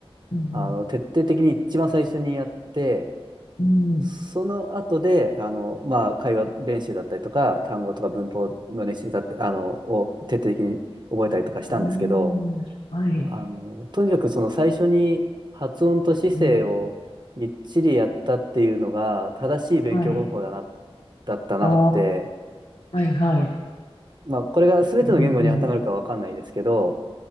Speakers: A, on the left (about 75°); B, on the right (about 45°).
A: うん
B: あの、徹底的に一番最初にやって、
A: うん。
B: その後で、あの、まあ、会話練習だったりとか、単語とか文法の練習だったり、あの、を徹底的に覚えたりとかしたんですけど、
A: うん。うんはい。
B: あの、とにかくその最初に発音と姿勢をみっちりやったっていうのが正しい勉強方法だな、
A: うん。はい。
B: だったなって、
A: ああ。はいはい。
B: まあこれが全ての言語に当てはまるかわかんないですけど、
A: うんうん。